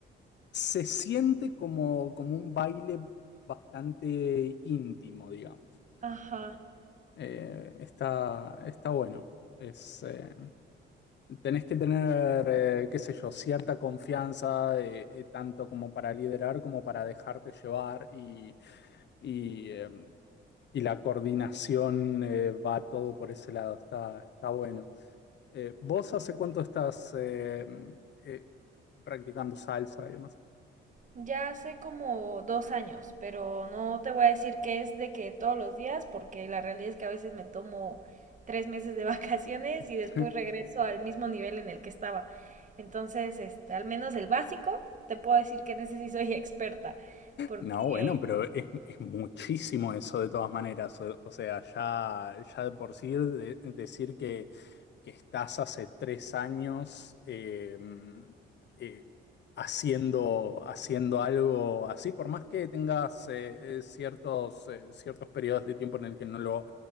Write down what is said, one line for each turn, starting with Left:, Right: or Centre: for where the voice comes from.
Left: se siente como, como un baile bastante íntimo, digamos.
Right: Ajá.
Left: Eh, está, está bueno. Es, eh, tenés que tener, eh, qué sé yo, cierta confianza, eh, eh, tanto como para liderar como para dejarte llevar y, y, eh, y la coordinación eh, va todo por ese lado. Está, está bueno. Eh, ¿vos hace cuánto estás eh, eh, practicando salsa y demás?
Right: Ya hace como dos años, pero no te voy a decir que es de que todos los días, porque la realidad es que a veces me tomo tres meses de <laughs> vacaciones
Left: <laughs>
Right: y después regreso al mismo nivel en el que estaba. Entonces, este, al menos el básico, te puedo decir que en ese sí soy <laughs> experta, porque
Left: No, bueno, pero es, es muchísimo eso de todas maneras. O, o sea, ya, ya de por sí de- decir que, que estás hace tres años eh, mm, eh, haciendo, haciendo algo así, por más que tengas eh, eh, ciertos, eh, ciertos periodos de tiempo en el que no lo,